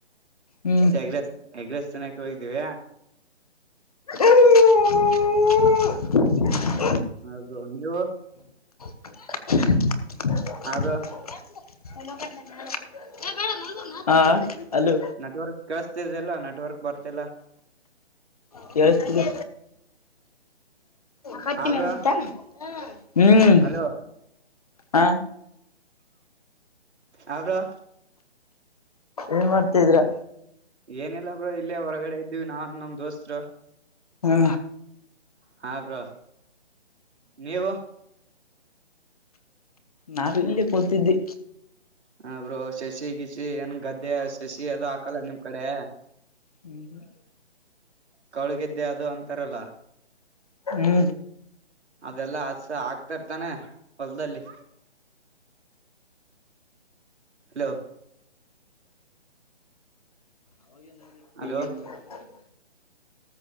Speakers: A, on the left; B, on the right.
A: ಹ್ಮ್
B: ಎಗ್ ರೈಸ್ ಎಗ್ ರೈಸ್ ತಿನ್ನಕ್ಕೆ ಹೋಗಿದ್ದೀವಿ
A: ಹ್ಮ. <unintelligible>
B: ಹೌದು ನೀವು.
A: <unintelligible>
B: ಹಾ ಬ್ರೋ
A: ಹ. ಅಲೋ
B: ನೆಟ್ ವರ್ಕ ಕೇಳಿಸ್ತಿದೆ ಇಲ್ಲ ನೆಟ್ ವರ್ಕ್ ಬರ್ತಿಲ್ಲ
A: ಕೇಳಿಸ್ತಿದೆ ಕಟ್ಟಿ
B: ಹಾ
A: ಮೇಲೆ
B: ಬ್ರೋ
A: ಅಂತಾ. ಹ್ಮ. ಹ್ಮ್
B: ಅಲೋ
A: ಹ.
B: ಅ ಬ್ರೋ
A: ಏನ್ ಮಾಡ್ತಾದೀರ.
B: ಏನಿಲ್ಲಾ ಬ್ರೋ ಇಲ್ಲೇ ಹೊರಗಡೆ ಇದ್ದ. ಇದ್ದಿವಿ ನಾನ್ ನಮ್ಮ ದೋಸ್ತರು
A: ಹಾ.
B: ಹಾ ಬ್ರೋ ನೀವು.
A: ನಾವ ಇಲ್ಲೇ ಕೂತಿದ್ದಿ
B: ಹ ಬ್ರೋ ಶಸಿಗಿಸಿ ಏನ್ ಗದ್ದೆ ಶಸಿ ಅದು ಹಾಕಲ್ಲ ನಿಮ್ ಕಡೆ
A: ಹ್ಮ್ ಹ್ಮ್
B: ಕೌಳಿ ಗೆದ್ದೆ ಅದು ಅಂತಾರಲ್ಲ
A: ಹ್ಮ
B: ಅದೆಲ್ಲಾ ಹಸ ಹಾಕ್ತರತಾನೆ ಹೊಲ್ದಲ್ಲಿ ಹಲೋ
A: ಅವಗೇ ನೋಡಿ
B: ಹಲೋ
A: ಈಗೇನ್ ನೋಡ್ತಾರ್